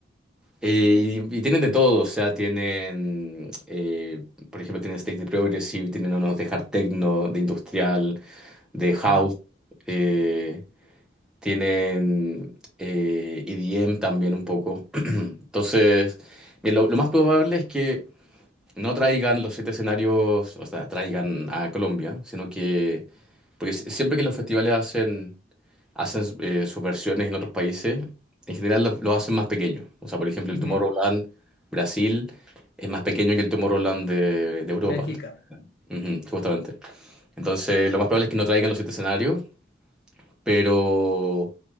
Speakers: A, in the centre; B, on the left.
A: eh, y, y tienen de todo, o sea, tienen, eh, por ejemplo, tienen State de Progressive, tienen unos de Hard Techno, de Industrial, de
B: Ajá,
A: House, eh, tienen eh, EDM también un poco. <clears throat> Entonces, mira, lo lo más probable es que no traigan los siete escenarios, o sea, traigan a Colombia, sino que, porque si- siempre que los festivales hacen, hacen eh, sus versiones en otros países, en general lo, lo hacen más pequeño. O sea, por ejemplo,
B: ujú,
A: el Tomorrowland Brasil es más pequeño que el Tomorrowland de, de Europa,
B: Bélgica.
A: ¿no? Ujú, justamente. Entonces, lo más probable es que no traigan los siete escenarios, pero...